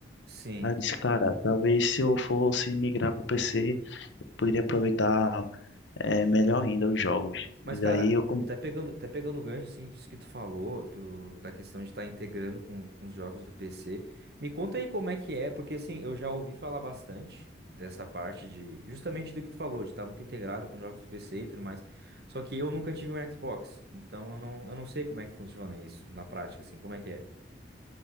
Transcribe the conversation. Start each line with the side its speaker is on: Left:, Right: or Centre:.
Right: Sim.
Left: Aí eu disse, cara, talvez se eu fosse migrar pro PC, poderia aproveitar é, melhor ainda os jogos.
Right: Mas,
Left: E daí
Right: cara,
Left: eu com-
Right: até pegando, até pegando o gancho, assim, disso que tu falou, do, da questão de estar integrando com, com os jogos do PC, me conta aí como é que é, porque, assim, eu já ouvi falar bastante dessa parte de, justamente do que tu falou, de estar muito integrado com jogos do PC e tudo mais, só que eu nunca tive um Xbox, então eu não, eu não sei como é que funciona isso na prática, assim, como é que é?